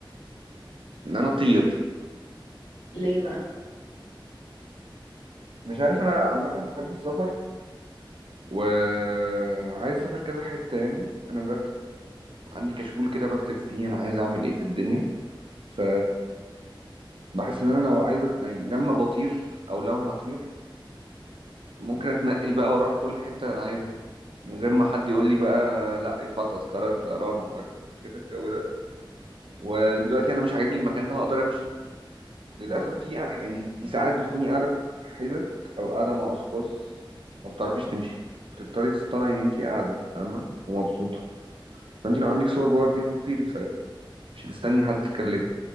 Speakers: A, on the right (about 80°); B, on the left (about 70°).
A: ان انا اطير
B: ليه بقى
A: مش عارف انا عامة بحب السفر وعايز اسافر كذا حتة يعني انا مرتب عندي كشكول كده بكتب فيه انا عايز اعمل ايه في الدنيا ف بحس ان انا لو عايز أت- يعني لما بطير او لو هطير ممكن اتنقل بقى واروح كل حتة انا عايزها من غير ما حد يقول لي بقى لا ادفع تذكرة طيران وحركات وكده الجو ده ودلوقتي انا مش عاجبني المكان ده هقدر امشي للاسف
B: اه.
A: في يعني ساعات بتكوني قاعدة في حتت او قاعدة مع اشخاص ما بتعرفيش تمشي بتضطري تصطنعي ان انت قاعدة فاهمة ومبسوطة فانت لو عندك سوبر باور دي هتطيري في ساعتها مش هتستني حد تتكلمي